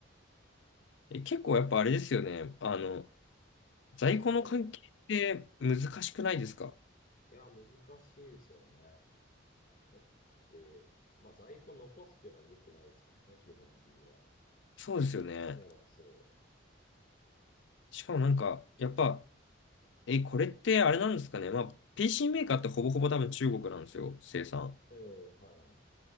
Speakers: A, on the left; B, on the left.
A: え、結構やっぱあれですよね。あの、在庫の関係って難しくないですか
B: ええ、うん。いや、難しいですよね。だって、まあ在庫残すっていうのは良くないですからね、基本的には。
A: そうですよね。
B: そうなんですよ。
A: しかもなんか、やっぱ、え、これってあれなんですかね。まあ、PC メーカーってほぼほぼ多分中国なんですよ、
B: うん。
A: 生産。
B: ええ、はいはい。